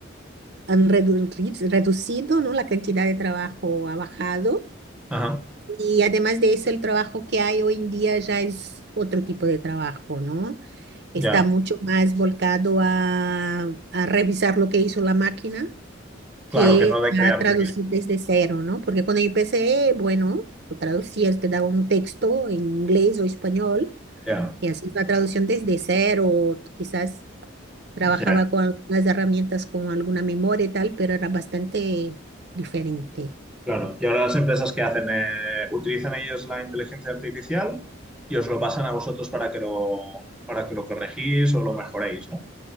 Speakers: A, on the right; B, in the centre.
A: han redu- ri- reducido, ¿no? La cantidad de trabajo ha bajado
B: Ajá,
A: y además de eso el trabajo que hay hoy en día ya es otro tipo de trabajo, ¿no? Está
B: ya,
A: mucho más volcado a, a revisar lo que hizo la máquina que
B: claro, que no de crear
A: a traducir
B: tú mismo,
A: desde
B: ¿no?
A: cero, ¿no? Porque cuando yo empecé, bueno, tú traducías, te daba un texto en inglés o español
B: Ya,
A: y hacías la traducción desde cero, o quizás trabajaba
B: ya,
A: con algunas herramientas, con alguna memoria y tal, pero era bastante diferente.
B: claro. Y ahora las empresas que hacen, Eh, utilizan ellos la inteligencia artificial y os lo pasan a vosotros para que lo, para que lo corregís o lo mejoréis, ¿no?